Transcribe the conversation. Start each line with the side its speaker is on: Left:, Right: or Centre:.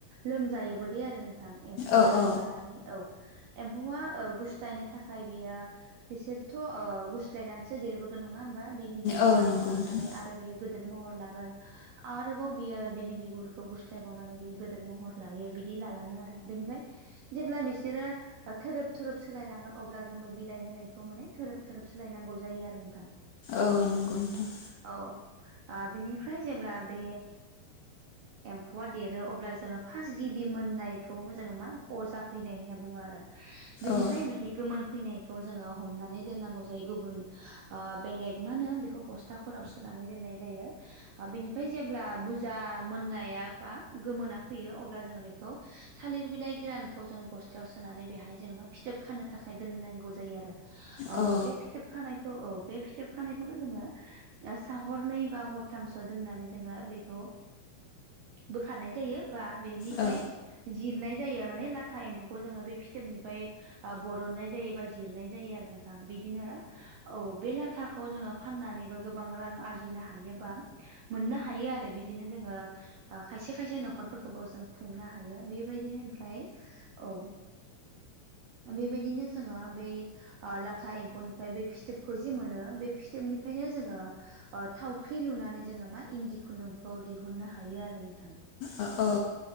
Right: लोमजायोबो दे आरो नों एम्फौआ
Left: औ
Right: लोमजानानै
Left: औ
Right: औ एम्फौआ गुस्लायनो थाखाय बेयो बिसोरथ' ओ गुस्लायनानैसो देरबोगोन नङा होमबा? बेनि बिगुरा
Left: औ नंगौ
Right: गलांनानै
Left: नोंथां
Right: आरो बेयो गो गिदोर महर लागोन। आरोबाव बियो बेनि बिगुरखौ गुस्लायबावनानै बियो गिदिर महर लायो बिदि लालाङो आरो बेनिफ्राय जेब्ला बिसोरो थोरोब थोरोब सोलायलांगोन अब्ला जोंबो बिलाइ होनायखौ माने थोरोब थोरोब सोलायनांगौ जायो आरो नोंथां।
Left: औ नंगौ नोंथां।
Right: औ बेनिफ्राय जेब्ला बे एम्फौआ देरो अब्ला जोङो फार्स्ट गिबि मोननायखौबो जोङो मा अजा फैनाय होनना बुङो आरो बेनिफ्राय
Left: औ
Right: बिदि गोमोन फैनायखौ जोङो हमनानै दोननांगौ जायो गुबुन बेलेग मा होनो बेखौ बस स्थाफोराव सोनानै दोननाय जायो। बेनिफ्राय जेब्ला बुरजा मोननाया बा गोमोना फैयो अब्ला जोङो बेखौ थालिर बिलाइ गोरानखौ जों बस थायाव सोनानै बेहाय जोङो मा फिथोब खानो थाखाय दोननांगौ जायो आरो
Left: औ ओ
Right: बे फिथोब खानायखौ औ बे फिथोब खानायखौनो जोङो सा हरनै बा हरथामसो दोननानै जोङो बेखौ बोखारनाय जायो बा बेनिफ्राय
Left: औ
Right: जिरनाय जायो माने लाथा एम्फौ खौ जोङो बे फिथोबनिफ्राय बरननाय जायो बा जिरनाय जायो आरो बिदिनो औ बे ला थाखौ जोङो फाननानै बा गोबां रां आरजिनो हायोबा मोननो हायो आरो बिदिनो जोङो। खायसे खायसे न'खरफोरखौबो जों खुंनो हायो बेबायदिनो ओमफ्राय औ बेबायदिनो जोङो बे लाथा एम्फौनिफ्राय बे फिथोबखौ जि मोनो बे फिथोबनिफ्रायनो जोङो। थावख्रि लुनानै जोङो मा इन्दि खुन्दुंखौ दिहुननो हायो आरो नोंथां।
Left: अ औ